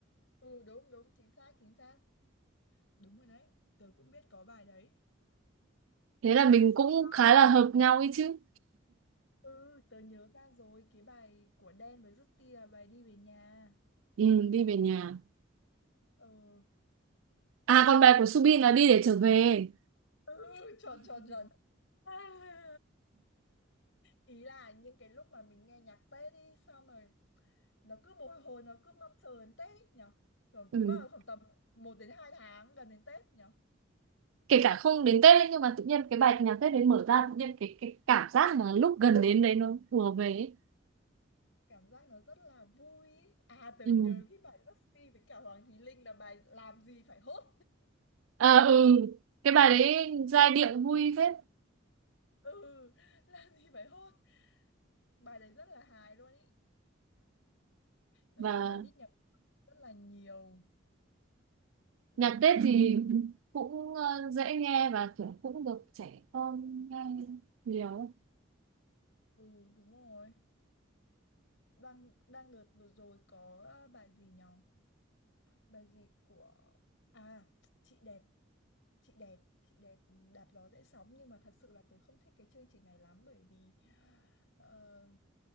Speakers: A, on the left; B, on the right.
A: Ừ đúng đúng chính xác chính xác đúng rồi đấy tớ cũng biết có bài đấy
B: thế là mình
A: sao
B: cũng
A: à,
B: khá là hợp nhau ấy chứ
A: ừ tớ nhớ ra rồi cái bài của Đen với Justin là bài đi về nhà
B: ừ, đi về nhà
A: ừ
B: à còn bài
A: Ờ,
B: của Subin là đi để trở về
A: ừ tròn tròn tròn <laughs> ý là những cái lúc mà mình nghe nhạc Tết đi xong rồi nó cứ bồi hồi nó cứ mong chờ đến Tết nhở rồi
B: ừ.
A: vào khoảng tầm một đến 2 tháng gần đến Tết nhở
B: kể cả không đến Tết ấy, nhưng mà tự nhiên cái bài nhạc Tết đấy mở ra tự nhiên cái cái cảm giác mà lúc gần đến đấy nó ùa về ấy.
A: cảm giác nó rất là vui ý. à tớ
B: ừ.
A: nhớ cái bài Dusty với cả Hoàng Thùy Linh là bài làm gì phải hốt
B: À, ừ cái bài đấy giai điệu vui phết
A: <laughs> ừ làm gì phải hốt bài đấy rất là hài luôn ý nói
B: và
A: chung là lít nhà rất là nhiều lít
B: nhạc
A: nhà
B: Tết
A: Xuân
B: thì
A: thì-
B: <laughs> cũng ờ, dễ nghe và kiểu cũng được trẻ con nghe nhiều
A: ừ đúng rồi đang đang đợt vừa rồi có ờ, bài gì nhở bài gì của à chị đẹp chị đẹp chị đẹp đạp gió dễ sóng nhưng mà thật sự là tớ không thích cái chương trình này lắm bởi vì ờ,